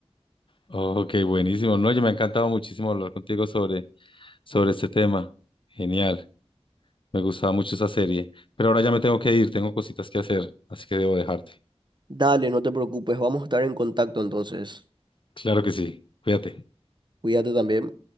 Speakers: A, on the left; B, on the right.
A: ok, buenísimo. No, yo me ha encantado muchísimo hablar contigo sobre, sobre este tema. Genial, me gustaba mucho esa serie. Pero ahora ya me tengo que ir, tengo cositas que hacer, así que debo dejarte.
B: Dale, no te preocupes, vamos a estar en contacto entonces.
A: Claro que sí, cuídate.
B: Cuídate también.